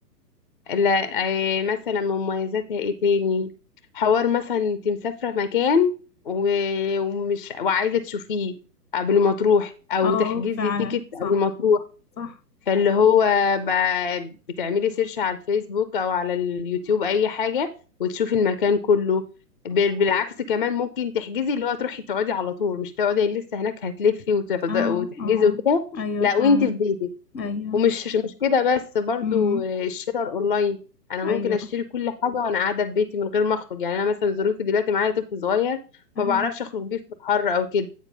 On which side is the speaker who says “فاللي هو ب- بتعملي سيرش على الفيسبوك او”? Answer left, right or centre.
Left